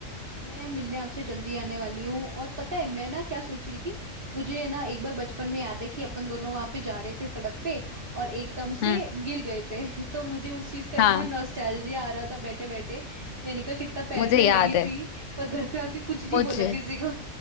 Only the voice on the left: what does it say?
हम्म
हाँ
मुझे
याद है
मुझे